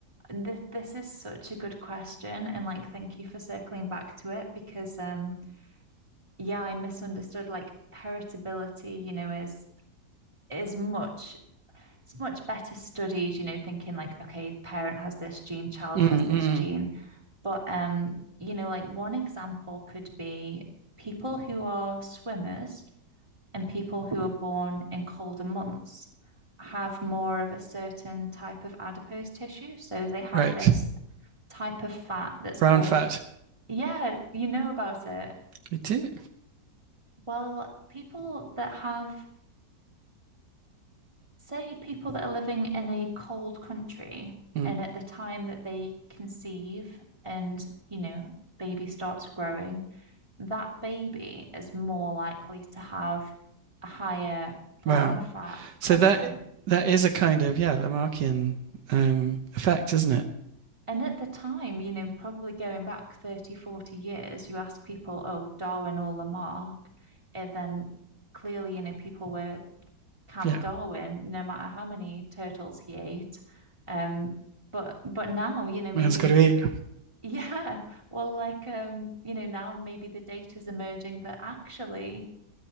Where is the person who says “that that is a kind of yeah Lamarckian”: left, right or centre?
Right